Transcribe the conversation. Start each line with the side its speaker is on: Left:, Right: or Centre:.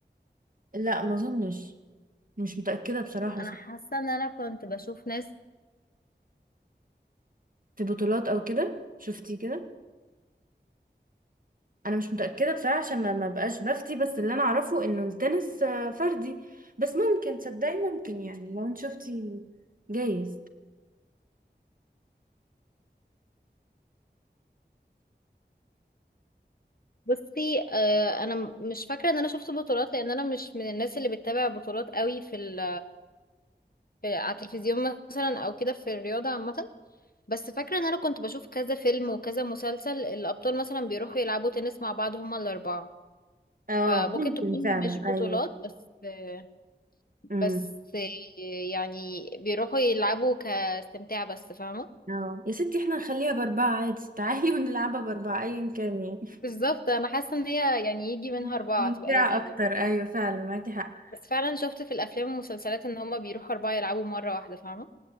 Right: لا ما اظنش مش متأكدة بصراحة
Left: انا
Right: بس
Left: حاسه ان انا كنت بشوف ناس
Right: في بطولات او كده شفتي كده انا مش متأكدة بصراحة عشان ما ما بقاش بفتي بس اللي انا اعرفه انه التنس آه، فردي بس ممكن تصدقي ممكن يعني لو انت شفتي جايز
Left: بصي آه انا م- مش فاكره ان انا شفت بطولات لان انا مش من الناس اللي بتتابع بطولات قوي في, ال... في على التلفزيون مثلا او كده في الرياضه عامه بس فاكره ان انا كنت بشوف كذا فيلم وكذا مسلسل الابطال مثلا بيروحوا يلعبوا تنس مع بعض هما الاربعه
Right: اه
Left: فممكن
Right: ممكن
Left: تكون
Right: فعلا
Left: مش بطولات
Right: ايوه
Left: بس آه،
Right: مم.
Left: بس آه، يعني بيروحوا يلعبوا كاستمتاع بس فاهمه
Right: اه يا ستي احنا نخليها بأربعة عادي <laughs> تعالي ونلعبها بأربعة أيا كان يعني
Left: بالظبط انا حاسه ان هي يعني يجي منها
Right: <laughs>
Left: اربعه
Right: ممتعة
Left: تبقى لذيذه
Right: أكتر أيوة فعلا معاكي حق
Left: بس فعلا شفت في الافلام والمسلسلات ان هما بيروحوا اربعه يلعبوا مره واحده فاهمه